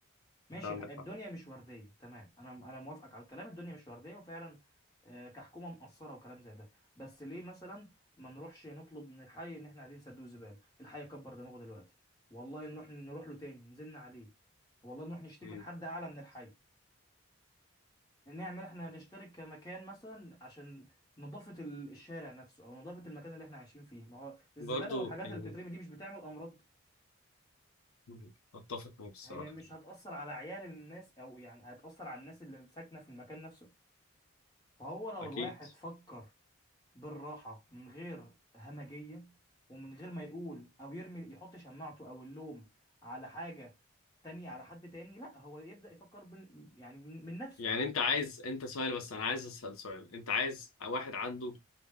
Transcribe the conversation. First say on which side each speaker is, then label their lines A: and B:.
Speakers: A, on the left; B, on the left.
A: ماشي
B: انت عندك
A: الدنيا
B: حق
A: مش ورديه تمام انا انا موافقك على الكلام الدنيا مش ورديه وفعلا آه، كحكومه مقصره وكلام زي ده بس ليه مثلا ما نروحش نطلب من الحي ان احنا عايزين صندوق زباله الحي كبر دماغه دلوقتي والله نروح نروح له تاني نزلنا عليه والله نروح نشتكي
B: مم.
A: لحد اعلى من الحي نعمل احنا نشترك كمكان مثلا عشان نظافه ال- الشارع نفسه او نظافه المكان اللي احنا عايشين فيه ما هو الزباله
B: برضو
A: والحاجات
B: يعني
A: اللي بتترمي دي مش بتعمل امراض
B: مم. اتفق معك الصراحة
A: هي مش هتأثر على عيال الناس او يعني هتأثر على الناس اللي ساكنه في المكان نفسه فهو لو
B: اكيد
A: الواحد فكر بالراحة من غير همجية ومن غير ما يقول أو يرمي يحط شماعته أو اللوم على حاجة تانية على حد تاني لا هو يبدأ يفكر بن يعني من, من نفسه
B: يعني انت عايز انت سؤال بس انا عايز اسال سؤال انت عايز واحد عنده